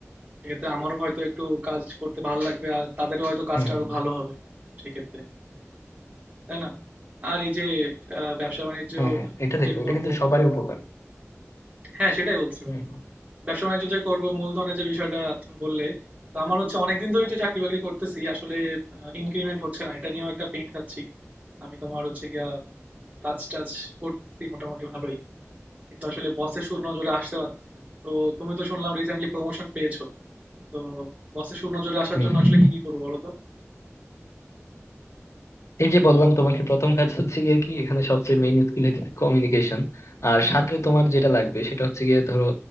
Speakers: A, on the right; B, on the left.
A: সেক্ষেত্রে আমারও হয়তো একটু কাজ করতে ভালো লাগবে আর তাদেরও হয়তো কাজটা
B: হুম হুম
A: আরো ভালো হবে সেক্ষেত্রে তাই না আর এই যে আহ, ব্যবসা বাণিজ্য
B: হ্যাঁ হ্যাঁ এটা দেখো
A: যে করব
B: এটা কিন্তু সবারই উপকার
A: হ্যাঁ, সেটাই বলছি
B: হুম
A: বন্ধু।
B: হুম
A: ব্যবসা-বাণিজ্য যে করব, মূলধনের যে বিষয়টা তুমি বললে, তো আমার হচ্ছে অনেকদিন ধরেই তো চাকরি-বাকরি করতেছি। আসলে ইনক্রিমেন্ট হচ্ছে না। এটা নিয়েও একটা পেইন খাচ্ছি। আমি তোমার হচ্ছে গিয়া কাজ-টাজ করতেছি মোটামুটি ভালোই। কিন্তু আসলে বসের সুনজরে আসতে পারতেছি না। তো তুমি তো শুনলাম রিসেন্টলি প্রমোশন পেয়েছো। তো বসের সুনজরে আসার
B: হুম
A: জন্য
B: হুম।
A: আসলে কি, কি করবো বলো তো?
B: এই যে বললাম তোমাকে প্রথম কাজ হচ্ছে গিয়ে কি এখানে সবচেয়ে মেইন স্কিল হচ্ছে কমিউনিকেশন আর সাথে তোমার যেটা লাগবে সেটা হচ্ছে গিয়ে ধরো